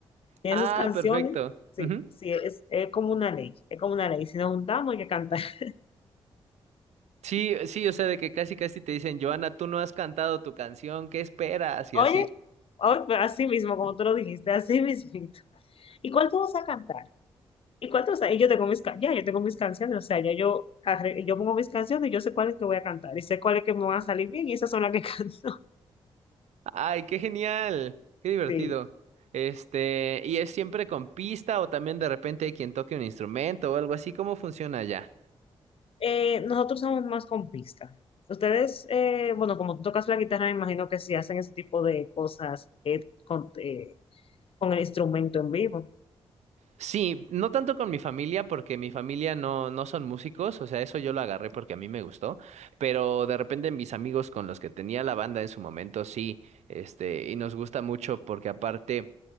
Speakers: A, on the left; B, on the right.
A: tiene
B: Ah,
A: sus canciones,
B: perfecto.
A: sí,
B: Ujú.
A: sí, es, es como una ley, es como una ley, si nos juntamos hay que cantar. <laughs>
B: Sí, sí, o sea, de que casi casi te dicen, Joana, tú no has cantado tu canción, ¿qué esperas? Y
A: Oye,
B: así.
A: oye, pues, así mismo, como tú lo dijiste, así mismito. ¿Y cuál tú vas a cantar? ¿Y cuántos años? Yo tengo mis, ca- ya, yo tengo mis canciones, o sea, ya yo, arre- yo pongo mis canciones, yo sé cuáles que voy a cantar y sé cuáles que me van a salir bien y esas son las que <laughs> canto.
B: Ay, qué genial, qué divertido.
A: Sí.
B: Este, ¿y es siempre con pista o también de repente hay quien toque un instrumento o algo así? ¿Cómo funciona allá?
A: Eh, nosotros somos más con pista. Ustedes, eh, bueno, como tú tocas la guitarra, me imagino que sí hacen ese tipo de cosas eh, con, eh, con el instrumento en vivo.
B: Sí, no tanto con mi familia, porque mi familia no, no son músicos, o sea, eso yo lo agarré porque a mí me gustó, pero de repente mis amigos con los que tenía la banda en su momento, sí, este, y nos gusta mucho porque aparte